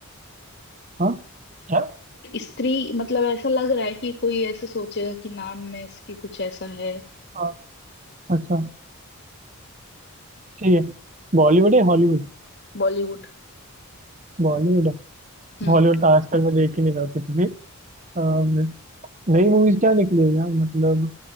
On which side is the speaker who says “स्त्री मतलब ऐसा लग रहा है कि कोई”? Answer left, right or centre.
Left